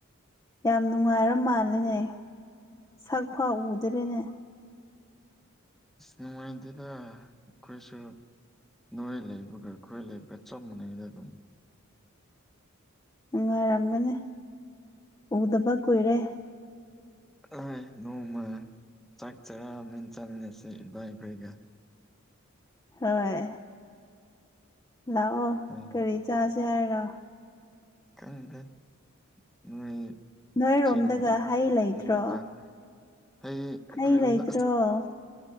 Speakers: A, on the left; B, in the centre.
A: ꯌꯥꯝ ꯅꯨꯡꯉꯥꯏꯔ ꯃꯥꯜꯂꯦꯅꯦ ꯁꯛꯐꯥꯎ ꯎꯗꯔꯦꯅꯦ
B: ꯏꯁ ꯅꯨꯡꯉꯥꯏꯇꯦꯗ ꯈꯣꯏꯁꯨ ꯅꯣꯏ ꯂꯩꯕꯒ ꯑꯩꯈꯣꯏ ꯂꯩꯕꯒ ꯆꯞ ꯃꯥꯟꯅꯩꯗ ꯑꯗꯨꯝ
A: ꯅꯨꯡꯉꯥꯏꯔꯝꯒꯅꯤ ꯎꯗꯕ ꯀꯨꯏꯔꯦ
B: ꯑꯣꯏ ꯅꯣꯡꯃ ꯆꯥꯛ ꯆꯔꯥ ꯃꯦꯟ ꯆꯥꯃꯤꯟꯅꯁꯦ ꯏꯕꯥꯏ ꯈꯣꯏꯒ
A: ꯍꯣꯏ ꯂꯥꯛꯑꯣ
B: ꯅꯣꯡꯃ
A: ꯀꯔꯤ ꯆꯥꯁꯦ ꯍꯥꯏꯔꯣ
B: ꯈꯪꯗꯦ ꯅꯣꯏ
A: ꯅꯣꯏꯔꯣꯝꯗꯒ
B: ꯆꯤꯡꯒꯤ
A: ꯍꯩ
B: ꯎ
A: ꯂꯩꯇ꯭ꯔꯣ
B: <unintelligible> ꯆꯥꯛꯇꯣ ꯑꯩ ꯑꯩꯈꯣꯏꯔꯣꯝꯗ
A: ꯍꯩ ꯂꯩꯇ꯭ꯔꯣ
B: ꯑꯁ